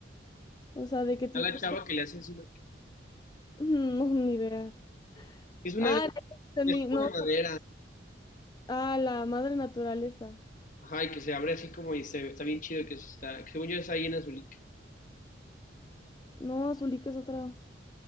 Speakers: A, on the left; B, on the left.
A: O sea, de que tienen
B: a la chava
A: como...
B: que le hace así, ¿no?
A: <laughs> No, ni idea.
B: es una
A: Ah,
B: de,
A: ya entendí,
B: es como
A: No.
B: de madera,
A: Ah, la madre naturaleza.
B: ajá, y que se abre así como y se, está bien chido que se está, que según yo es ahí en Azulik,
A: No, Zulik es otra.